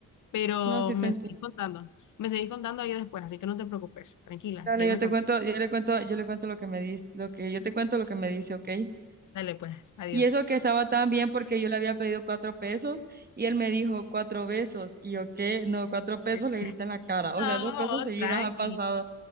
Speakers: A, on the left; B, on the right.
A: pero
B: No, sí
A: me
B: te entiendo.
A: seguís contando, me seguís contando ahí después, así que no te preocupes, tranquila,
B: Dale,
A: ahí
B: yo
A: me
B: te
A: contás.
B: cuento, yo le cuento, yo le cuento lo que me dice, lo que yo te cuento lo que me dice, ¿ok?
A: Dale, pues, adiós.
B: Y eso que estaba tan bien porque yo le había pedido cuatro pesos y él me dijo cuatro besos. Y yo, ¿qué? No, cuatro pesos
A: <laughs>
B: le grité en la cara. O
A: No,
B: sea, dos cosas
A: vos
B: seguidas
A: tranqui,
B: han pasado.